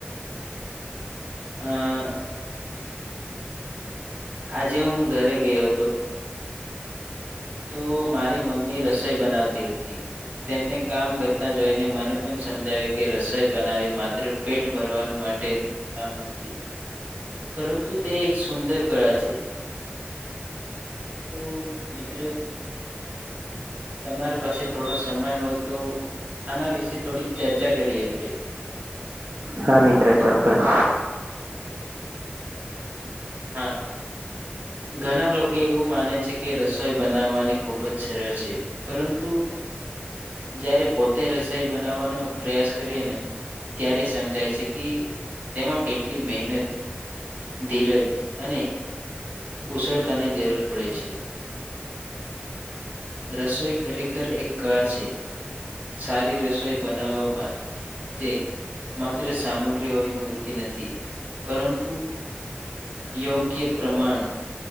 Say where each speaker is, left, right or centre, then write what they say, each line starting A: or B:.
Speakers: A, on the right; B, on the right.
A: હા આજે હું ઘરે ગયો હતો તો મારી મમ્મી રસોઈ બનાવતી હતી તેમને કામ કરતા જોઈને મને પણ સમજાવે કે રસોઈ બનાવી માત્ર પેટ ભરવાનું નુ કામ નથી પરંતુ તે એક સુંદર કળા છે તું મિત્ર તમારી પાસે થોડો સમય હોય તો આના વિશે થોડીક ચર્ચા કરીએ આપડે
B: હા મિત્ર ચોક્કસ
A: હા ઘણા લોકો એવું માને છે કે રસોઈ બનાવવાની ખૂબ જ સરળ છે પરંતુ જયારે પોતે રસોઈ બનાવવાનો પ્રયાસ કરીએ ને ત્યારે સમજાય છે કે તેમાં કેટલી મહેનત ધીરજ અને કુશળતાની જરૂર પડે છે રસોઈ ખરેખર એક કળા છે સારી રસોઈ બનાવવામાં તે માત્ર સામગ્રી હોવી પૂરતી નથી પરંતુ યોગ્ય પ્રમાણ